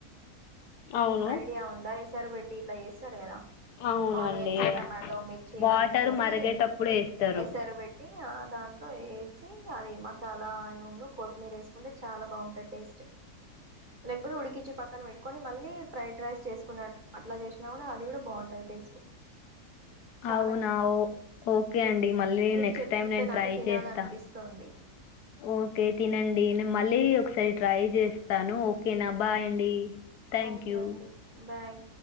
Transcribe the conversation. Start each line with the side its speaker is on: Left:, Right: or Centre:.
Left: అవును.
Right: ఐడియా ఉందా ఎసరు పెట్టి ఇట్లా చేస్తారు కదా
Left: అవునండి.
Right: ఆనియన్స్ టమాటో మిర్చి
Left: వాటర్
Right: ఇవన్నీ వేసి
Left: మరిగేటప్పుడు ఏస్తారు.
Right: ఎసర పెట్టి ఆ దాంట్లో వేసి అది మస లా ఉన్ను కొత్తిమీర వేసుకుంటే చాలా బాగుంటుంది టేస్ట్ లేపోతే ఉడికిచీ పక్కన పెట్టుకొని మళ్ళీ ఫ్రైడ్ రైస్ చేసుకున్నట్టు అట్లా చేసినా కూడా అది కూడా బాగుంటుంది టేస్ట్ చాలా
Left: అవునా
Right: ఇష్టం
Left: ఓ ఓకే అండి మళ్ళీ
Right: మీకు
Left: నెక్స్ట్
Right: చెప్తుంటే
Left: టైం నేను
Right: నాకు
Left: ట్రై
Right: తినాలనిపిస్తుంది
Left: చేస్తా ఓకే తినండి నేను మళ్ళీ ఒకసారి ట్రై చేస్తాను ఓకేనా బాయ్ అండి థ్యాంక్
Right: ఓకే
Left: యూ
Right: అండి బాయ్